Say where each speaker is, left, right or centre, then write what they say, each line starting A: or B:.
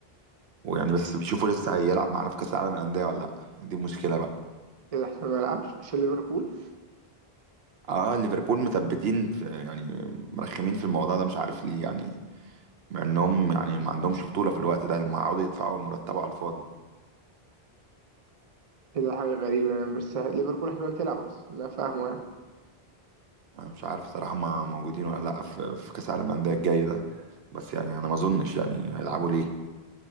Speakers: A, on the right; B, on the right.
A: ويعني بس بيشوفوا لسه هيلعب معانا في كأس العالم للأندية ولا لأ دي مشكلة بقى
B: كده احتمال ما يلعبش عشان ليفربول
A: اه ليفربول مثبتين في يعني مرخمين في الموضوع ده مش عارف ليه يعني مع انهم يعني ما عندهمش بطولة في الوقت ده لما يقعدوا يدفعوا مرتبه على الفاضي
B: كده حاجه غريبه يعني بس ليفربول احتمال تلعب اصلا لا فاهمه يعني
A: انا مش عارف صراحة ما موجودين ولا لأ في, في كأس العالم للأندية الجاي ده بس يعني انا ما اظنش يعني هيلعبوا ليه